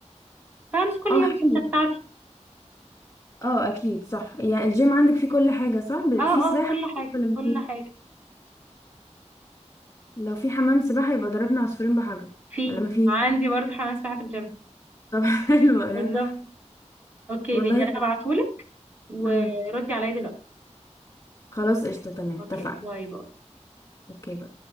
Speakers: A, on the right; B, on the left.
A: فهمس كل يوم
B: اه حلو
A: الشمسة بتاعتي
B: اه اكيد صح يعني الجيم عندك فيه كل حاجة صح ب-
A: اه
B: في
A: اه
B: سباحة
A: كل
B: عندك
A: حاجة
B: ولا مفيش
A: كل حاجة
B: لو في حمام سباحة يبقى ضربنا عصفورين بحجر
A: في
B: ولا مفيش
A: عندي برضه حمام سباحة في الجيم
B: طب <laughs> حلو ده
A: بالظبط اوكي
B: والله
A: ماشي انا
B: حلو
A: هبعتهولك وردي
B: امم
A: عليا دلوقتي
B: خلاص قشطة تمام
A: اوكي
B: اتفقنا
A: باي باي
B: اوكي باي